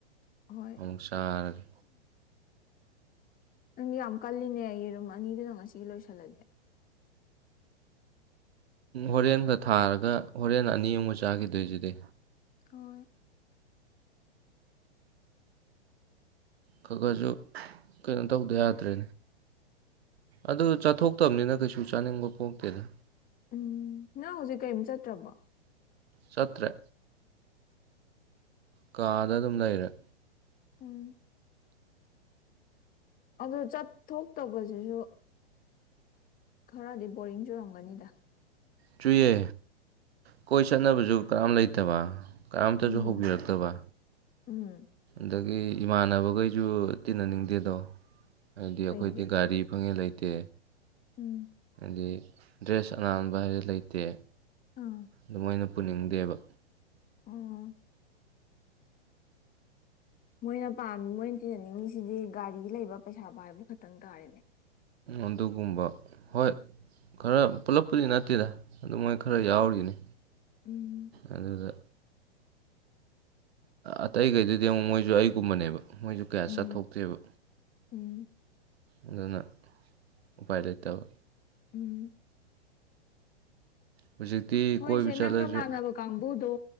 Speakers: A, on the left; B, on the right.
A: ꯍꯣꯏ
B: ꯑꯃꯨꯛ ꯆꯥꯔꯒꯦ
A: ꯅꯪꯗꯤ ꯌꯥꯝ ꯀꯜꯂꯤꯅꯦ ꯌꯦꯔꯨꯝ ꯑꯅꯤꯗꯨꯅ ꯉꯁꯤꯒꯤ ꯂꯣꯏꯁꯜꯂꯗꯤ
B: ꯍꯣꯔꯦꯟꯒ ꯊꯥꯔꯒ ꯍꯣꯔꯦꯟ ꯑꯅꯤꯃꯒ ꯆꯥꯒꯤꯗꯣꯏꯁꯤꯗꯤ
A: ꯍꯣꯏ
B: ꯈꯒꯖꯨ ꯀꯩꯅꯣ ꯇꯧꯗ ꯌꯥꯗ꯭ꯔꯦ ꯑꯗꯨ ꯆꯥꯊꯣꯛꯇꯝꯅꯤꯅ ꯀꯩꯁꯨ ꯆꯥꯅꯤꯡꯕ ꯄꯣꯛꯇꯦꯗ
A: ꯎꯝ ꯅꯪ ꯍꯧꯖꯤꯛ ꯀꯩꯝ ꯆꯠꯇ꯭ꯔꯕꯣ
B: ꯆꯠꯇ꯭ꯔꯦ ꯀꯥꯗ ꯑꯗꯨꯝ ꯂꯩꯔꯦ
A: ꯎꯝ ꯑꯗꯨ ꯆꯠꯊꯣꯛꯇꯕꯖꯤꯖꯨ ꯈꯔꯗꯤ ꯕꯣꯔꯤꯡ ꯆꯨꯔꯝꯒꯅꯤꯗ
B: ꯆꯨꯏꯌꯦ ꯀꯣꯏ ꯆꯠꯅꯕꯖꯨ ꯀꯅꯥꯝ ꯂꯩꯇꯕ ꯀꯅꯥꯝꯇꯖꯨ
A: ꯎꯝ
B: ꯍꯧꯕꯤꯔꯛꯇꯕ
A: ꯎꯝ
B: ꯑꯗꯒꯤ ꯏꯃꯥꯟꯅꯕꯒꯩꯖꯨ ꯇꯤꯟꯅꯅꯤꯡꯗꯦꯗꯣ ꯍꯥꯏꯗꯤ ꯑꯩꯈꯣꯏꯗꯤ
A: ꯀꯩꯒꯤ
B: ꯒꯥꯔꯤ ꯐꯪꯉꯦ ꯂꯩ ꯇꯦ
A: ꯎꯝ
B: ꯗꯤ ꯗ꯭ꯔꯦꯁ ꯑꯅꯥꯟꯕ ꯍꯥꯏꯔꯦ ꯂꯩꯇꯦ
A: ꯑꯥ
B: ꯗꯨꯃꯣꯏꯅ ꯄꯨꯅꯤꯡꯗꯦꯕ
A: ꯑꯣ ꯃꯣꯏꯅ ꯄꯥꯝꯃꯤ ꯃꯣꯏꯅ ꯇꯤꯅꯅꯤꯡꯉꯤꯁꯤꯗꯤ ꯒꯥꯔꯤ ꯂꯩꯕ ꯄꯩꯁꯥ ꯄꯥꯏꯕ ꯈꯛꯇꯪ ꯇꯥꯔꯦꯅꯦ
B: ꯑꯗꯨꯒꯨꯝꯕ ꯍꯣꯏ ꯈꯔ ꯄꯨꯂꯞ ꯄꯨꯗꯤ ꯅꯠꯇꯦꯗ ꯑꯗꯨ ꯃꯣꯏ ꯈꯔ ꯌꯥꯎꯔꯤꯅꯦ
A: ꯎꯝ ꯎꯝ
B: ꯑꯗꯨꯗ ꯑꯇꯩꯒꯩꯗꯨꯗꯤ ꯑꯃꯨꯛ ꯃꯣꯏꯖꯨ ꯑꯩꯒꯨꯝꯕꯅꯦꯕ ꯃꯣꯏꯖꯨ ꯀꯌꯥ
A: ꯎꯝ
B: ꯆꯠꯊꯣꯛꯇꯦꯕ
A: ꯎꯝ
B: ꯑꯗꯨꯅ ꯎꯄꯥꯏ ꯂꯩꯇꯕ
A: ꯎꯝ
B: ꯍꯧꯖꯤꯛꯇꯤ
A: ꯍꯣꯏꯁꯦ
B: ꯀꯣꯏꯕ ꯆꯠꯂꯁꯨ
A: ꯅꯪꯒ ꯃꯥꯟꯅꯕ ꯀꯥꯡꯕꯨꯗꯣ